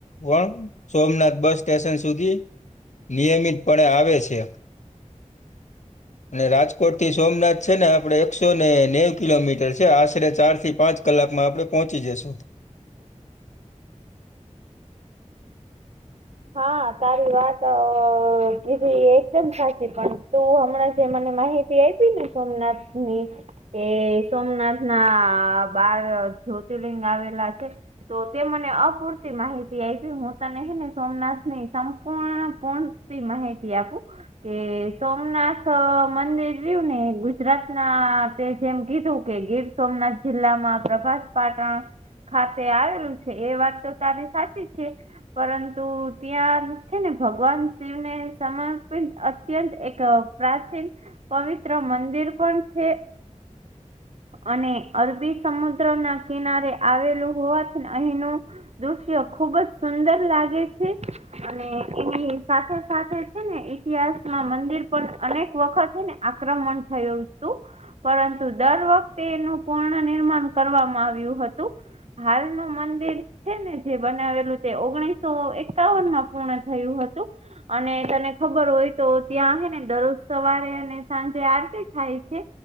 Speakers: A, on the left (about 70°); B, on the right (about 60°).
A: પણ સોમનાથ બસ સ્ટેશન સુધી નિયમિતપણે આવે છે. અને રાજકોટ થી સોમનાથ છે ને આપડે એકસો ને નેવ કિલોમીટર છે આશરે ચાર થી પાંચ કલાક મા આપડે પહોંચી જશું.
B: હા તારી વાત આ કીધી એકદમ સાચી પણ તું હમણાં જે મને માહિતી તી આઈપી ને સોમનાથ ની એ સોમનાથ ના બાર જ્યોતિર્લિંગ આવેલા છે. તો તે મને અપૂરતી માહિતી આપી હું તને હેને સોમનાથ ની સંપૂર્ણ પૂણ માહિતી આપું. કે સોમનાથ મંદિર રહ્યું ને ગુજરાત ના જેમ કીધું કે ગીર સોમનાથ જિલ્લામાં પ્રભાસ પાટણ ખાતે આવેલું છે એ વાત તો તારી સાચી છે પરં તો ત્યાં છે ને ભગવાન શિવને સમર્પિત અત્યંત એક પ્રાચીન પવિત્ર મંદિર પણ છે. અને અરબી સમુદ્ર ના કિનારે આવેલું હોવાથી અહીનું દૃશ્ય્યો ખુબ જ સુંદર લાગે છે. અને એની સાથે સાથે છે ને ઈતિહાસમાં મંદિર પણ અનેક વખત હે ને આક્રમણ થયું હું તું. પરંતુ દર વખતે એનું પૂર્ણ નિર્માણ કરવામાં આવ્યું હતું. હાલ નુ મંદિર છે ને જે બનાવેલું તે ઓગણીસો એક એકાવનમાં પૂર્ણ થયું હતું. અને તને ખબર હોય તો ત્યાં આવે ને દરરોજ સવારે અને સાંજે આરતી થાય છે.